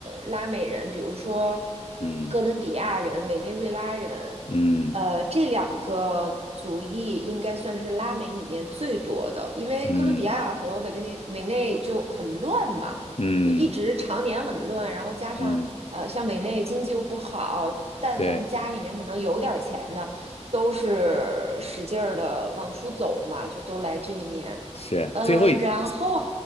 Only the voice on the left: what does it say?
嗯
嗯
嗯嗯
嗯，
对，
是。
最后一，